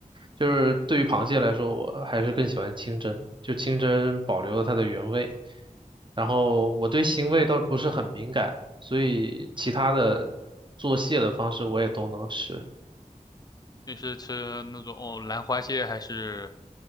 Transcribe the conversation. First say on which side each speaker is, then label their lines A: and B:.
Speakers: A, on the right; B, on the left.
A: 就是对于螃蟹来说，我还是更喜欢清蒸，就清蒸保留了它的原味。然后我对腥味倒不是很敏感，所以其他的做蟹的方式我也都能吃。
B: 你是吃那种哦兰花蟹还是